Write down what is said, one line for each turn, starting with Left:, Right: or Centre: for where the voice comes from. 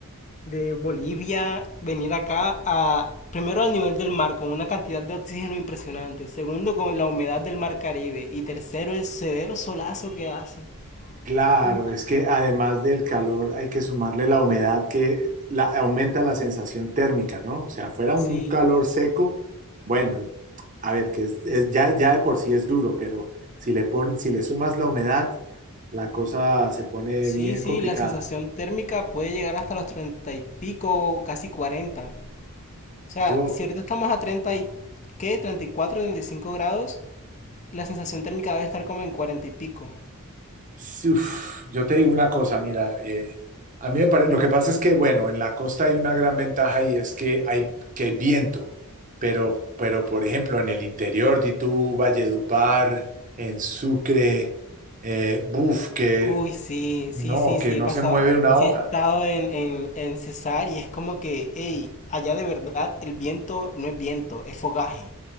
Left: de Bolivia venir acá a primero al nivel del mar con una cantidad de oxígeno impresionante, segundo con la humedad del mar Caribe y tercero el severo solazo que hace.
Right: Claro,
Left: Uf,
Right: es que además del calor hay que sumarle la humedad que la- aumenta la sensación térmica, ¿no? O sea, fuera un
Left: sí,
Right: calor seco, bueno, a ver, que es, es- ya, ya de por sí es duro, pero si le pon- si le sumas la humedad, la cosa se pone
Left: sí,
Right: bien
Left: sí,
Right: complicada.
Left: la sensación térmica puede llegar hasta los 30 y pico, casi cuarenta O sea,
Right: Yo,
Left: si ahorita estamos a 30 y qué, treinta treinta y cuatro treinta y cinco grados, la sensación térmica debe estar como en 40 y pico.
Right: Sí, uf, yo te digo una cosa, mira, eh, a mí me pare- lo que pasa es que, bueno, en la costa hay una gran ventaja y es que hay, que hay viento, pero, pero, por ejemplo, en el interior, de tú, Valledupar, en Sucre, eh, buf, que
Left: Uy, sí,
Right: no,
Left: sí, sí,
Right: que
Left: sí,
Right: no
Left: he pasado,
Right: se mueve una
Left: sí
Right: hoja.
Left: he estado en, en, en Cesar y es como que, hey, allá de verdad el viento no es viento, es fogaje.